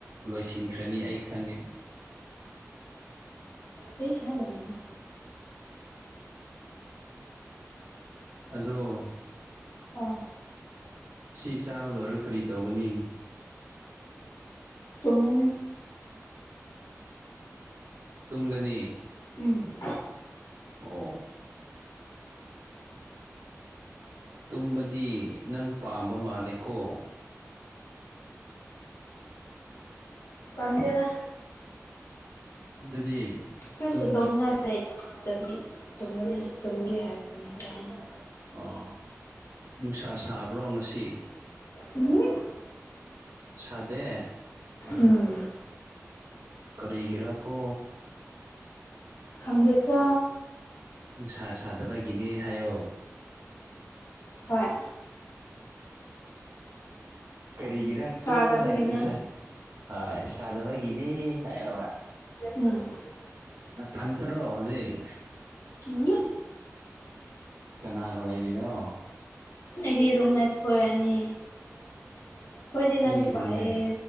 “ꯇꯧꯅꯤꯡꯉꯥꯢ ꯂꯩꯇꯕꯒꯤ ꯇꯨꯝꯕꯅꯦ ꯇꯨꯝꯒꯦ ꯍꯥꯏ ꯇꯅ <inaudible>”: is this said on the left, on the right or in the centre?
Left